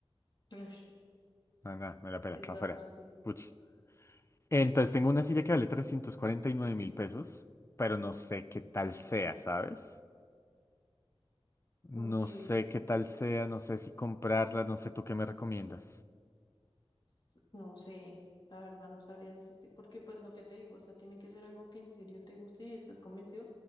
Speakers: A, on the left; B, on the left.
A: ush,
B: No, nada, me la pela,
A: es
B: para
A: bastante.
B: afuera. Puchi. Entonces, tengo una silla que vale trescientos cuarenta y nueve mil pesos, pero no sé qué tal sea, ¿sabes?
A: Ok,
B: No sé qué tal sea, no sé si comprarla, no sé tú qué me recomiendas.
A: no sé, la verdad no sabría decirte, porque pues lo que te digo, o sea, tiene que ser algo que en serio te guste y estés convencido,